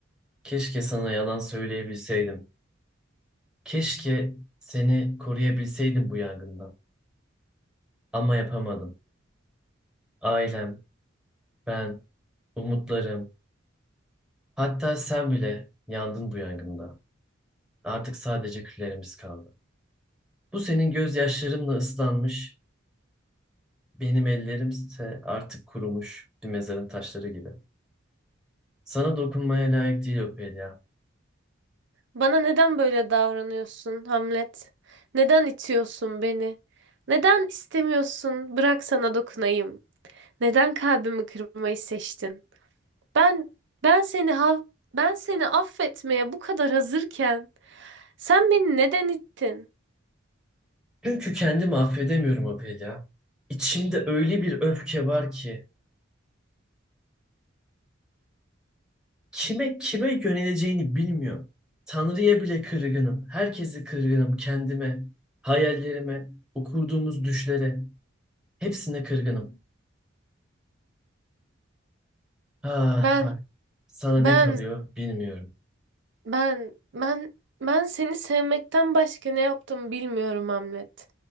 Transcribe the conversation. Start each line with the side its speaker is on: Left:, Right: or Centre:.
Centre: keşke sana yalan söyleyebilseydim. Keşke seni koruyabilseydim bu yangından. Ama yapamadım. Ailem, ben, umutlarım, hatta sen bile yandın bu yangında. Artık sadece küllerimiz kaldı. Bu senin gözyaşlarınla ıslanmış Benim ellerimse artık kurumuş bir mezarın taşları gibi. Sana dokunmaya layık değil Ophelia.
Right: Bana neden böyle davranıyorsun, Hamlet? Neden itiyorsun beni? Neden istemiyorsun, bırak sana dokunayım? Neden kalbimi kırmayı seçtin? Ben ben seni ha- ben seni affetmeye bu kadar hazırken sen beni neden ittin?
Centre: Çünkü kendimi affedemiyorum Ophelia. İçimde öyle bir öfke var ki kime kime yöneleceğini bilmiyorum. Tanrı'ya bile kırgınım. Herkese kırgınım. Kendime, hayallerime, o kurduğumuz düşlere. Hepsine kırgınım. Ah,
Right: Ben
Centre: ah. Sana
Right: ben
Centre: ne kalıyor bilmiyorum.
Right: ben ben ben seni sevmekten başka ne yaptım bilmiyorum Hamlet.